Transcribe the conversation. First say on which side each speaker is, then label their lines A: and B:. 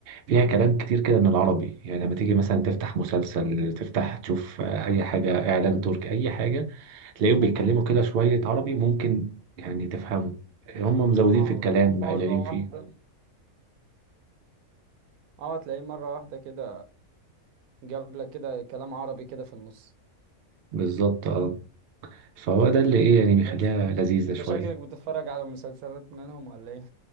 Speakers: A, on the right (about 65°); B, on the right (about 85°).
A: فيها كلام كتير كده من العربي يعني لما تيجي مثلا تفتح مسلسل تفتح تشوف آه، اي حاجة اعلان تركي اي حاجة تلاقيهم بيتكلموا كده شوية عربي ممكن يعني تفهمه هم مزودين
B: آه،
A: في الكلام مقللين
B: مره
A: فيه
B: واحده اه تلاقيه مره واحده كده جاب لك كده كلام عربي كده في النص
A: بالظبط اه فهو ده اللي ايه يعني بيخليها
B: بس
A: لذيذة شوية
B: انت شكلك بتتفرج على مسلسلات منهم ولا ايه